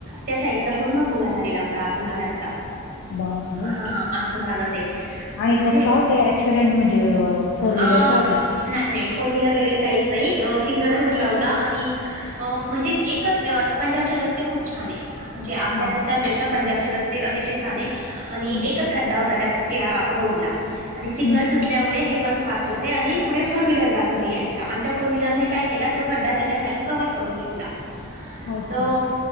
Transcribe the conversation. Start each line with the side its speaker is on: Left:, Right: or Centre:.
Right: त्या साईडला पूर्ण भुगा झालेला होता आतून हाडांचा
Left: बापरे
Right: हा असं झालं. ते.
Left: आणि
Right: म्हणजे
Left: का होतं ऍक्सिडेंट म्हणजे फोर व्हीलरचा
Right: अ
Left: होता.
Right: नाही नाही फोर व्हीलर वगैरे काहीच नाही सिग्नल्स सुटला होता. आणि अ म्हणजे एकच पंजाबचे रस्ते खूप छान आहे. म्हणजे आपल्या
Left: हा
Right: रस्त्यांपेक्षा पंजाबचे रस्ते अतिशय छान आहे आणि
Left: हम्म,
Right: एकच खड्डा होता त्या. त्या रोडला आणि सिग्नल
Left: हम्म.
Right: सुटल्यामुळे हे पण फास्ट होते आणि. पुढे फोर व्हीलर जात होती यांच्या आणि त्या फोर व्हीलरने का केला तो खड्डा तिच्यााली कव्ह करून घेतला.
Left: अच्छा
Right: तो.